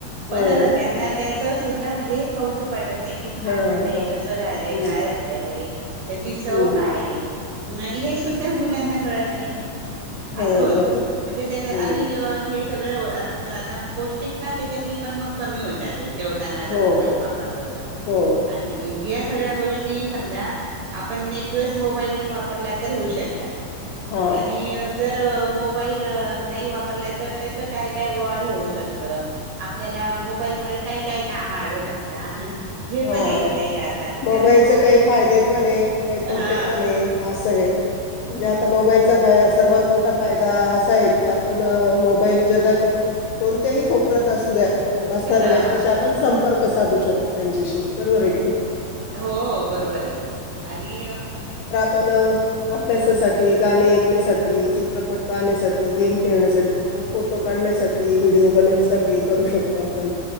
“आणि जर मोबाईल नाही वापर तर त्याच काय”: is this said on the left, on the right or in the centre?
Right